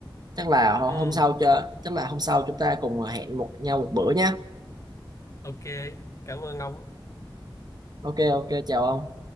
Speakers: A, on the right; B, on the left.
A: chắc là hôm
B: ừ
A: sau cho chắc là hôm sau chúng ta cùng hẹn một nhau một bữa nhé
B: ok cảm ơn ông
A: ok ok chào ông